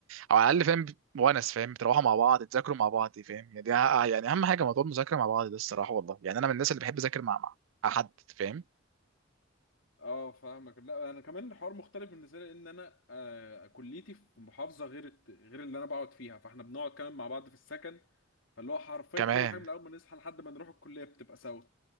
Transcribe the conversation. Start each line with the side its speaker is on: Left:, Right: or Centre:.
Right: او على الاقل فاهم ونس فاهم بتروحوا مع بعض تذاكروا مع بعض فاهم يعني دي يعني اهم حاجه موضوع المذاكره مع بعض ده الصراحه والله يعني انا من الناس اللي بحب اذاكر مع مع حد فاهم
Left: اه فاهمك لا انا كمان الحوار مختلف بالنسبه لي ان انا آه كليتي في محافظه غير الت- غير اللي انا بقعد فيها فاحنا بنقعد كمان مع بعض في السكن فاللي هو حرفيا
Right: كمان
Left: كل حاجه من اول ما نصحى لحد ما نروح الكليه بتبقى سوا